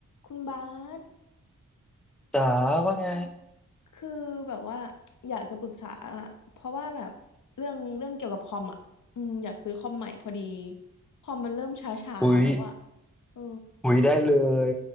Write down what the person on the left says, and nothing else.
คุณบาส
คุณบาสเออคือแบบว่าอยากจะปรึกษาอะเพราะว่าแบบเรื่องเรื่องเกี่ยวกับคอมอ่ะอืมอยากซื้อคอมใหม่พอดี คอมมันเริ่มช้าๆแล้วอ่ะ
เออ